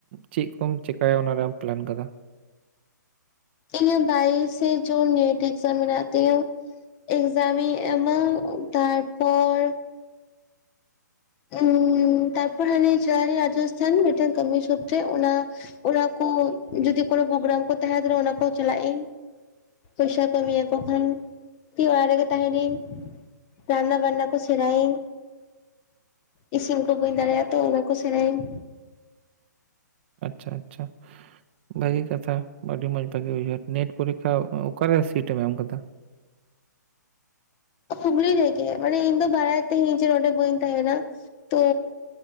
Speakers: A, on the right; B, on the left.
A: ᱪᱮᱫ ᱠᱚᱢ ᱪᱤᱠᱟᱹᱭᱟ ᱚᱱᱟ ᱨᱮᱢ ᱯᱞᱮᱱ ᱠᱟᱫᱟ?
B: ᱮ ᱱᱤᱭᱟᱹ ᱵᱟᱭᱤᱥᱮ ᱡᱩᱱ ᱱᱮᱴ ᱮᱠᱡᱟᱢ ᱢᱮᱱᱟᱜ ᱛᱤᱧᱟ᱾ ᱮᱠᱡᱟᱢ ᱤᱧ ᱮᱢᱟ ᱛᱟᱨᱯᱚᱨ ᱩᱸᱻ ᱛᱟᱨᱯᱚᱨ ᱦᱟᱱᱮ ᱡᱟᱦᱟᱸ ᱨᱮ ᱨᱟᱡᱚᱥᱛᱷᱟᱱ ᱢᱤᱫ ᱴᱮᱱ ᱠᱟᱹᱢᱤ <unintelligible> ᱚᱱᱟ ᱚᱱᱟ ᱠᱚ ᱡᱩᱫᱤ ᱠᱳᱱᱳ ᱯᱨᱳᱜᱨᱟᱢ ᱠᱚ ᱛᱟᱦᱮᱹ ᱫᱟᱲᱮᱜᱼᱟ ᱚᱱᱟ ᱠᱚ ᱪᱟᱞᱟᱜ ᱤᱧ᱾ ᱯᱚᱭᱥᱟ ᱠᱚ ᱮᱢᱟ ᱭᱟᱠᱩ ᱠᱷᱟᱱ ᱤᱧ ᱚᱲᱟᱜ ᱨᱮᱜᱮ ᱛᱟᱦᱮ ᱱᱤᱧ ᱨᱟᱱᱟ ᱵᱟᱱᱱᱟ ᱠᱚ ᱥᱮᱲᱟ ᱭᱤᱧ ᱤᱥᱤᱱ ᱠᱚ ᱵᱟᱹᱧ ᱫᱟᱲᱮᱭᱟᱜᱼᱟ ᱛᱚ ᱚᱱᱟ ᱠᱚ ᱥᱮᱲᱟᱭ ᱤᱧ
A: ᱟᱪᱪᱷᱟ ᱟᱪᱪᱷᱟ ᱵᱷᱟᱜᱮ ᱠᱟᱛᱷᱟ ᱟᱹᱰᱤ ᱢᱚᱸᱡᱽ ᱵᱷᱟᱜᱮ ᱵᱩᱡᱷᱟᱹᱣ ᱱᱟ ᱱᱮᱴ ᱯᱚᱨᱤᱠᱷᱟ ᱚᱠᱟ ᱨᱮ ᱥᱤᱴ ᱮᱢ ᱠᱟᱫᱟ?
B: ᱦᱩᱜᱽᱞᱤ ᱨᱮᱜᱮ ᱢᱟᱱᱮ ᱤᱧ ᱫᱚ ᱵᱟᱰᱟᱭ ᱛᱟᱦᱮᱫ ᱤᱧ ᱡᱮ ᱱᱚᱰᱮ ᱵᱟᱹᱧ ᱛᱟᱦᱮᱱᱟ ᱛᱚ